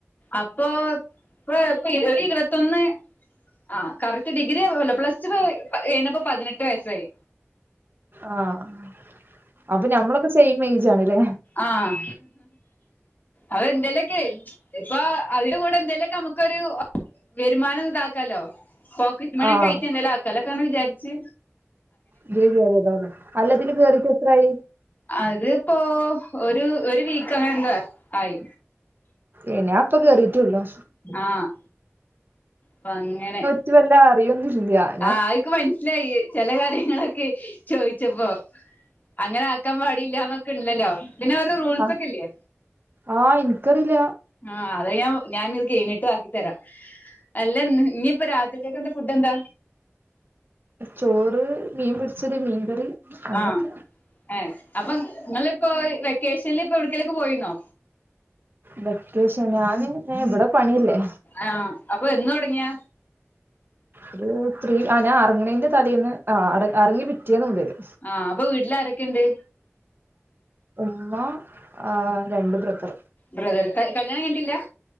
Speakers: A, on the left (about 40°); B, on the right (about 45°).
A: അപ്പൊ ഇപ്പ ഇര്പത് ഇര്പത്തൊന്ന് ആഹ് കറക്റ്റ് ഡിഗ്രി ല്ല പ്ലസ്റ്റു കയ്ഞ്ഞപ്പം പതിനെട്ട് വയസ്സായി
B: ആഹ് അപ്പൊ ഞമ്മളൊക്കെ സെയിം ഏയ്ജ് ആണ്ലേ
A: ആഹ് അത് എന്തേലെക്കെ ഇപ്പൊ അതിന്റെ കൂടെ എന്തേലൊക്കെ നമുക്കൊരു വെരുമാനം താക്കാലോ പോക്കെറ്റ് മണ്യൊക്കെ
B: ആഹ്
A: ആയ്ട്ട് എന്തേലു ആക്കാലൊക്കൊങ്ങെനെ വിചാര്ച്ച്
B: ഇതില് കേറ്യതോ അല്ല ഇതില് കേറീട്ടെത്രായി
A: അത്പ്പോ ഒരു ഒര് വീക്കാേ അങ്ങെനെന്താ ആയി
B: ഏ ഞാപ്പ കേറീട്ടാെള്ളു
A: ആഹ് പ്പങ്ങെനെ
B: ച്ച് വല്ലാ അറിയൊന്നും ഇല്ല
A: ആഹ് അത്ക്ക് മൻസ്സ്ലായ് ചെലെ കാര്യങ്ങളൊക്കെ ചോയ്ച്ചപ്പോ അങ്ങെനെ ആക്കാം പാടില്ലാ ന്നൊക്കെണ്ടല്ലോ പിന്നെ അവര്ടെ റൂൾസാെക്കെല്ല്യേ
B: ആഹ് ആഹ് ഇൻക്കറീല
A: ആഹ് അത് ഞാ ഞാനിത് കെയ്ഞ്ഞിട്ട് ആക്കി തരാം അല്ലന്ന് ഇഞ്ഞിപ്പ രാ ഉച്ചകെന്താ ഫുഡ്ഡെന്താ?
B: ചോറ് മീൻ പൊരിച്ചത് മീൻകറി. അങ്ങനൊക്കെ
A: ആ ഏ അപ്പം നിങ്ങളിപ്പോ വെക്കേഷനിൽ ഇപ്പ എവിട്ക്കേലും പോയിന്നോ?
B: വെക്കേഷൻ ഞാന് ഇവിടെ പണിയല്ലേ
A: ആ അപ്പൊ എന്ന് തുടങ്ങിയാ
B: ഒരു ത്രീ ആ ഞാൻ അറങ്ങണേന്റെ തലേന്ന് ആടെ അറങ്ങി പിറ്റേന്ന് മുതല്
A: ആ അപ്പൊ വീട്ടിലാരൊക്കെണ്ട്?
B: ഉമ്മ ആ രണ്ട് ബ്രദർ
A: ബ്രദർ കല്യാണം കയ്ഞ്ഞിട്ട്ല്ല?